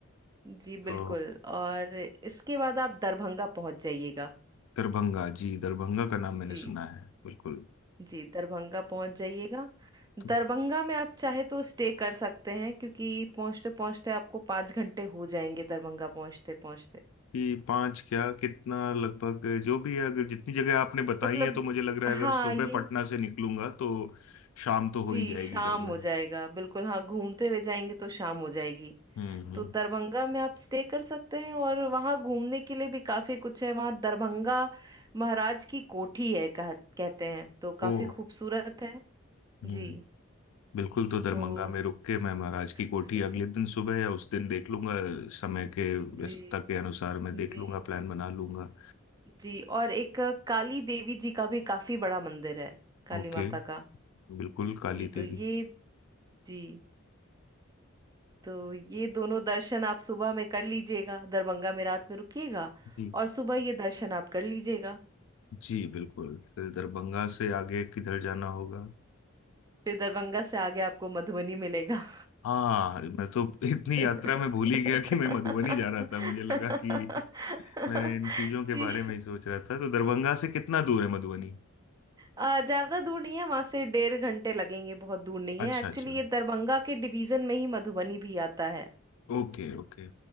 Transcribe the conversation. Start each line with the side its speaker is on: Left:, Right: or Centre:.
Right: जी
Left: तो
Right: बिल्कुल और इसके बाद आप दरभंगा पहुंच जाइएगा
Left: दरभंगा जी दरभंगा का नाम
Right: जी
Left: मैंने सुना है बिल्कुल
Right: जी दरभंगा पहुंच जाइएगा दरभंगा
Left: तो
Right: में आप चाहे तो स्टे कर सकते हैं क्योंकि पहुंचते पहुंचते आपको पाँच घंटे हो जाएंगे दरभंगा पहुंचते पहुंचते
Left: कि पांच क्या कितना लगभग जो भी है अगर जितनी जगह आपने बताई
Right: मतलब
Left: है तो मुझे लग रहा
Right: हाँ
Left: है अगर सुबह
Right: ये
Left: पटना से निकलूंगा तो शाम तो हो
Right: जी
Left: ही जाएगी
Right: शाम
Left: दरमियान
Right: हो जाएगा बिल्कुल हाँ घूमते हुए जाएंगे तो शाम हो जाएगी
Left: हम्म हम्म
Right: तो दरभंगा में आप स्टे कर सकते हैं और वहाँ घूमने के लिए भी काफी कुछ है वहाँ दरभंगा महाराज की कोठी है कह, कहते हैं तो काफी
Left: ओ
Right: खूबसूरत है
Left: हम्म
Right: जी
Left: बिल्कुल तो दरभंगा
Right: तो
Left: में रुक के मैं महाराज की कोठी
Right: <laughs>
Left: अगले दिन सुबह या उस दिन देख लूंगा समय के व्यस्तता
Right: जी
Left: के अनुसार मैं देख
Right: जी
Left: लूंगा प्लान बना लूंगा
Right: जी और एक अ, काली देवी जी का भी काफी बड़ा मंदिर है काली
Left: ओके
Right: माता का
Left: बिल्कुल काली
Right: जी तो
Left: देवी
Right: ये जी तो ये दोनों दर्शन आप सुबह में कर लीजिएगा दरभंगा में रात में रुकिएगा
Left: जी
Right: और सुबह ये दर्शन आप कर लीजिएगा
Left: जी बिल्कुल फिर दरभंगा से आगे किधर जाना होगा
Right: फिर दरभंगा से आगे आपको मधुबनी मिलेगा
Left: हाँ मैं तो इतनी
Right: <laughs>
Left: यात्रा में भूल ही गया कि मैं मधुबनी जा रहा था मुझे लगा कि मैं इन चीजों के
Right: जी
Left: बारे में ही सोच रहा था तो दरभंगा से कितना दूर है मधुबनी
Right: आ, ज्यादा दूर नहीं है वहां से डेढ़ घंटे लगेंगे बहुत दूर नहीं
Left: अच्छा
Right: है एक्चुअली
Left: अच्छा
Right: ये दरभंगा के डिवीजन में ही मधुबनी भी आता है
Left: Okay okay